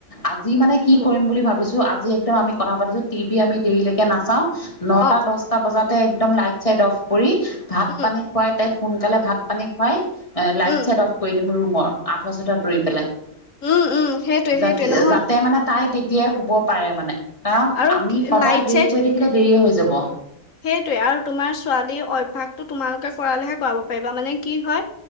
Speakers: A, on the left; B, on the left.
A: আজি
B: উম,
A: মানে কি
B: উম,
A: কৰিম বুলি ভাবিছো আজি একদম আমি কথা পাতিছো টিভি আমি দেৰিলেকে নাচাওঁ নটা,
B: অ',
A: দশটা বজাতে একদম লাইট চাইট অফ কৰি, ভাত
B: উম,
A: পানী খুৱাই তাইক সোনকালে ভাত পানী খুৱাই লাইট
B: উম,
A: চাইট অফ কৰি দিম ৰুমৰ আথুৱা চাথুৱা তৰি পেলাই
B: উম, উম, সেইটোৱে
A: যা
B: সেইটোৱে নহয়
A: যাতে মানে তাই তেতিয়াই শুব পাৰে মানে কাৰণ
B: আৰু
A: আমি সদায়
B: লাইট
A: দেৰি
B: চাইট
A: কৰি থাকিলে দেৰিয়ে হৈ যাব
B: সেইটোৱে আৰু তোমাৰ ছোৱালী অভ্যাসটো তোমালোকে কৰালেহে কৰাব পাৰিবা মানে কি হয়